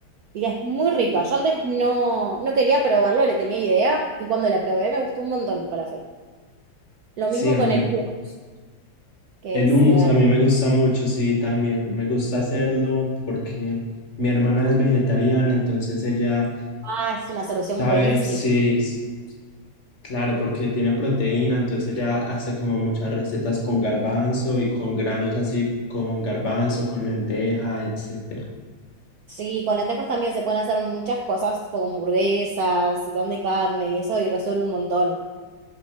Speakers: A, on the right; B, on the left.
A: y es muy rica. Yo antes no, no quería probarlo, le tenía idea y cuando la probé me gustó un montón el falafel. Lo
B: Sí,
A: mismo
B: a
A: con
B: mí, me-
A: el hummus. que
B: El
A: es
B: hummus
A: de verdad,
B: a mí me gusta mucho, sí, también. Me gusta hacerlo porque mi hermana es vegetariana, entonces ella
A: ah, es una solución
B: sabe,
A: buenísima.
B: sí, s- claro, porque tiene proteína, entonces ella hace como muchas recetas con garbanzo y con granos así, con garbanzo, con lenteja, etcétera.
A: Sí, con lentejas también se pueden hacer muchas cosas como hamburguesas, y pan de carne y eso, y resuelve un montón.